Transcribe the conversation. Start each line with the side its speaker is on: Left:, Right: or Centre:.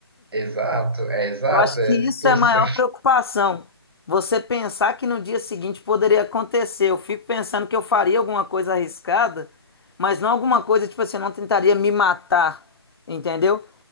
Right: Exato, é exato.
Left: Eu acho
Right: É.
Left: que isso
Right: Poxa.
Left: é a maior preocupação. Você pensar que no dia seguinte poderia acontecer. Eu fico pensando que eu faria alguma coisa arriscada, mas não alguma coisa tipo assim, eu não tentaria me matar, entendeu?